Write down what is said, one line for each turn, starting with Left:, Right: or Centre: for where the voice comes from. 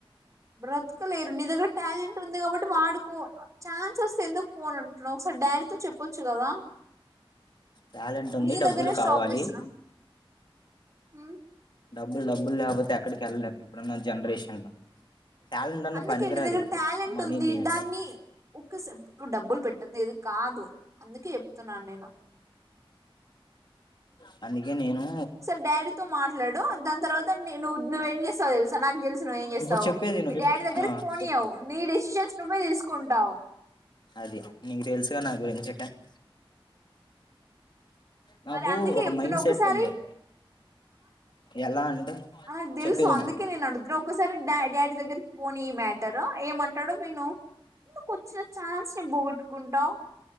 Right: బ్రతకలేరు నీ దగ్గర టాలెంట్ ఉంది కాబట్టి వాడుకో ఛాన్స్ వస్తే ఎందుకు పోనంటున్నావ్ ఒకసారి డాడీతో చెప్పొచ్చు కదా
Left: టాలెంట్ ఉంది
Right: నీ దగ్గరే
Left: డబ్బులు
Right: స్టాప్
Left: కావాలి
Right: చేస్తున్నా మ్మ్
Left: డబ్బులు డబ్బులు లేకపోతే ఎక్కడికి ఎళ్ళలేం ఇప్పుడున్న జనరేషన్ లో టాలెంట్ అన్న
Right: అందుకే
Left: పనికిరాదు
Right: నీ దగ్గర
Left: ఇప్పుడు
Right: టాలెంట్
Left: మనీ
Right: ఉంది
Left: డీల్స్
Right: దాన్ని ఒక స డబ్బులు పెట్టద్దు ఏది కాదు అందుకే చెప్తున్నాను నేను
Left: ఉమ్ ఇగ నేను
Right: ఒకసారి డాడీతో మాట్లాడు దాని తర్వాత నేను నువ్వేం చేస్తావు తెలుసా నాకు తెలుసు నువ్వేం చేస్తావు
Left: ఇప్పుడు చెప్పేది ఇను
Right: మీ డాడీ దగ్గరికి
Left: ఆ
Right: పోనీయవు
Left: చెప్పు,
Right: నీ డెసిషన్స్ నువ్వే తీసుకుంటావు
Left: అది నీకు తెలుసుగా నా గురిన్ <unintelligible> నాకు
Right: మరి అందుకే
Left: ఒక
Right: చెప్తున్నా
Left: మైండ్ సెట్
Right: ఒకసారి
Left: ఉంది, ఎలా అంటే
Right: అది నాకు తెలుసు
Left: చెప్పేదిను
Right: అందుకే నేను అడుగుతున్నా, ఒకసారి డా డాడీ దగ్గర పోనీ ఈ మ్యాటర్ ఏమంటాడో విను. ఎందుకు వచ్చిన ఛాన్స్ ని బొగ్ అనుకుంటావ్